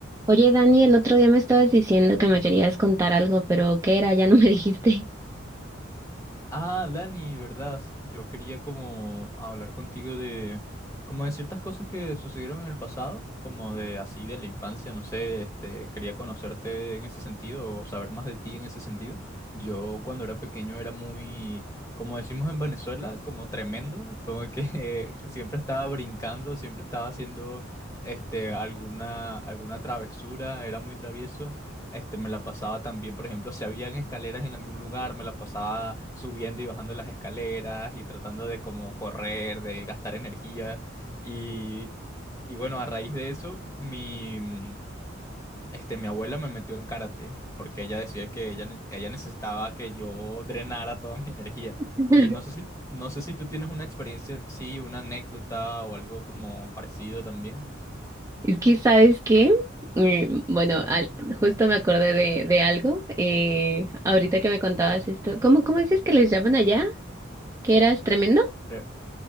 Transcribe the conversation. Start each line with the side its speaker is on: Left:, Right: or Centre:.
Right: Oye, Dani, el otro día me estabas diciendo que me querías contar algo, pero ¿qué era? Ya no me dijiste.
Left: Ah, Dani, ¿verdad? Yo quería como hablar contigo de como de ciertas cosas que sucedieron en el pasado, como de así de la infancia, no sé, este, quería conocerte en ese sentido o saber más de ti en ese sentido. Yo cuando era pequeño era muy, como decimos en Venezuela, como tremendo, como que <laughs> siempre estaba brincando, siempre estaba haciendo este alguna alguna travesura, era muy travieso. Este, me la pasaba también, por ejemplo, si habían escaleras en algún lugar, me la pasaba subiendo y bajando las escaleras y tratando de como correr, de gastar energía. Y, y bueno, a raíz de eso, mi, mm, este, mi abuela me metió en karate, porque ella decía que ella, ne- ella necesitaba que yo drenara toda mi energía.
Right: <laughs>
Left: Y no sé si, no sé si tú tienes una experiencia así, una anécdota o algo como parecido también.
Right: Es que, ¿sabes qué? Eh, bueno, al- justo me acordé de, de algo. eh, ahorita que me contabas esto, ¿cómo, cómo dices que les llaman allá? ¿Que eras tremendo?
Left: Tre-